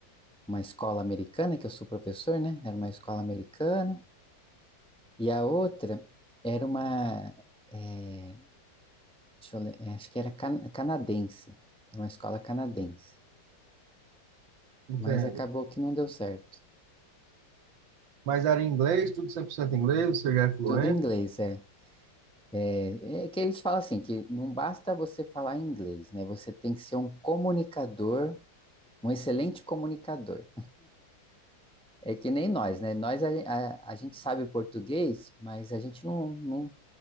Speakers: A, in the centre; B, on the right.
A: uma escola americana, que eu sou professor, né? Era uma escola americana. E a outra era uma, eh, Deixa eu ler, é, acho que era can- canadense, é uma escola canadense,
B: entendo.
A: mas acabou que não deu certo.
B: Mas era em inglês, tudo 100% inglês, você já é fluente?
A: Tudo em inglês, é. É, é que eles falam assim, que não basta você falar inglês, né? Você tem que ser um comunicador, um excelente comunicador. É que nem nós, né? Nós, a, a- a gente sabe português, mas a gente não, não-